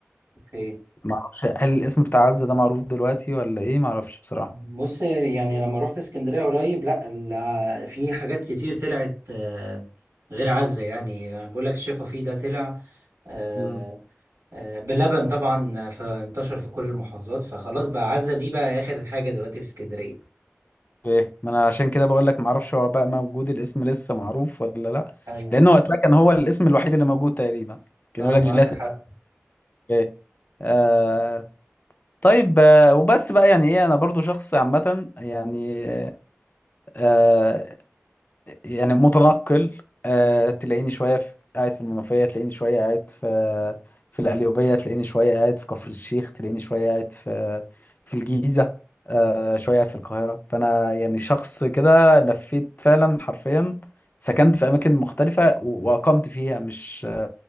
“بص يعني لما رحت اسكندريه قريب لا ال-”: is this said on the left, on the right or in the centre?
Right